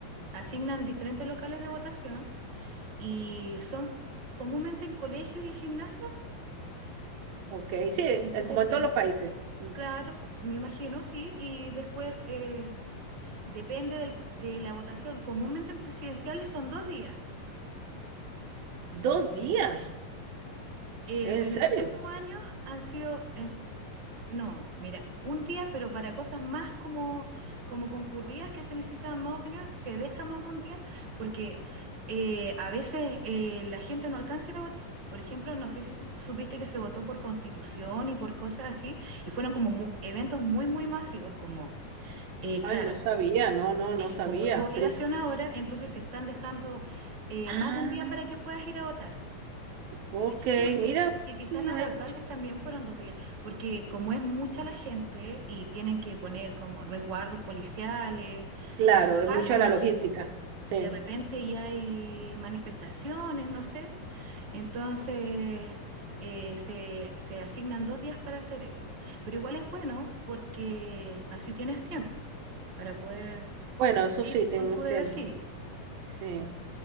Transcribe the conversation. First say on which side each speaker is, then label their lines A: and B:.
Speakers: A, on the right; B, on the right.
A: asignan diferentes locales de votación y son comúnmente en colegios y gimnasios.
B: Ok, sí,
A: Entonces,
B: eh, como en
A: se-
B: todos los países. Mm.
A: claro, me imagino, sí. Y después, eh, depende del- de la votación. Comúnmente en presidenciales son dos días.
B: ¿Dos días?
A: Eh,
B: ¿En
A: en
B: serio?
A: los últimos años han sido, No, mira, un día, pero para cosas más como, como concurridas que se necesitan más opinión, se deja más de un día porque eh, a veces eh, la gente no alcanza a ir a votar. Por ejemplo, no sé si tú supiste que se votó por constitución y por cosas así, y fueron como mu- eventos muy, muy masivos, como, eh, claro,
B: Ay, no sabía, no, no,
A: es,
B: no sabía.
A: como es obligación
B: Primera-
A: ahora, entonces se están dejando eh,
B: Ah,
A: más de un día para que puedas ir a votar.
B: ok,
A: De hecho, creo que,
B: mira,
A: que quizás
B: no
A: la
B: voy
A: de
B: a
A: alcaldes
B: escuchar.
A: también fueron dos días, porque como es mucha la gente y tienen que poner como resguardos policiales,
B: Claro,
A: por si acaso,
B: es mucha
A: no
B: la
A: es
B: logística.
A: que de
B: Sí.
A: repente ya hay manifestaciones, no sé, entonces eh, se, se asignan dos días para hacer eso. Pero igual es bueno porque así tienes tiempo para poder
B: Bueno,
A: cumplir
B: eso sí, tengo
A: con tu deber
B: tiempo.
A: cívico.
B: Sí.